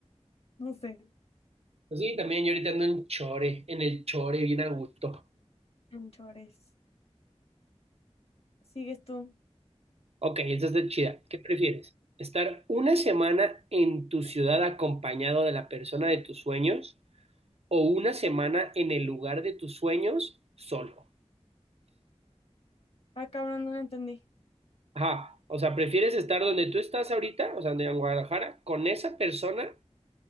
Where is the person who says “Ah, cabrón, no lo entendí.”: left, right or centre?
Left